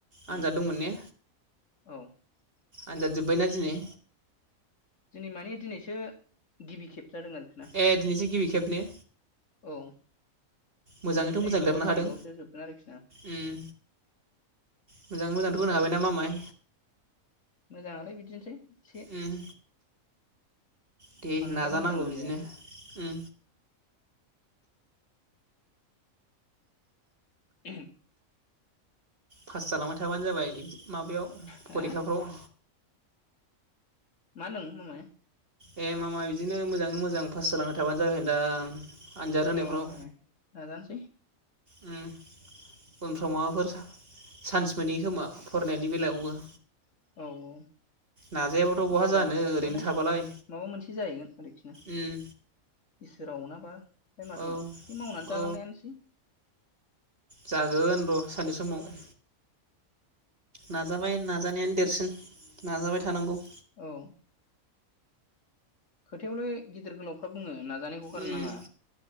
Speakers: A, on the left; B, on the right.
A: <unintelligible>
B: आनजाद दंमोन ने
A: औ
B: आनजाद जोबायना दिनै?
A: दिनै माने दिनैसो गिबि खेब जादों आरोखि ना
B: ए दिनैसो गिबि खेब ने
A: औ
B: मोजाङैथ'
A: माने नैजिद'
B: मोजां लिरनो
A: थारिखआवसो
B: हादों?
A: जोबगोन आरोखि ना
B: उम। मोजाङै मोजांथ' होनो हाबाय ना मामाय
A: मोजाङालाय बिदिनोसै एसे
B: उम दे
A: बांद्राय
B: नाजानांगौ
A: मोजांबो
B: बिदिनो
A: जायाखै
B: उम
A: <unintelligible>
B: पास जालांबाय थाबानो जाबाय माबायाव
A: हा
B: फरिखाफ्राव
A: मा होन्दों मामाइ
B: ए मामा बिदिनो मोजाङै मोजां पास जालांबाय थाबानो जाबाय होनदां आनजाद होनायफ्राव
A: औ मामाय नाजानोसै
B: उम उनफ्राव माबाफोर चा चान्स मोनहैयो खोमा फरायनायनि बेलायावबो
A: औ औ
B: नाजायाबाथ' बहा
A: इसोरा
B: जानो
A: अनबालाय
B: ओरैनो थाबालाय
A: माबा मोनसे जाहैगोन आरोखि ना
B: उम
A: सोरा अनाबा ओमफाय माथोबाव
B: औ
A: बे मावनानै जालांनायानोसै
B: औ जागोन र' सानसे समाव नाजाबाय नाजानायानो देरसिन नाजाबाय थानांगौ
A: औ खोथायावलाय गिदिर गोलावफ्रा बुङो ना जानायखौ गारनो
B: उम
A: नाङा